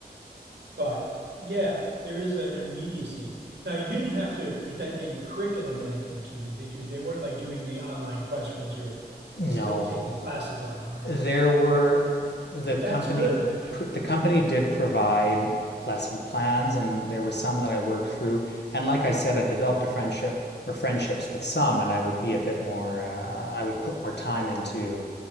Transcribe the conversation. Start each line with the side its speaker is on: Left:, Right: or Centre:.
Right: But yeah, there is an immediacy. Now you didn't have to present any curriculum or anything to them, did you? They weren't like doing any online questions or
Left: no,
Right: st- taking classes online.
Left: there were the company
Right: That's good actually.
Left: the company did provide lesson plans and there were some that I worked through and like I said I developed a friendship or friendships with some and I would be a bit more uh, I would put more time into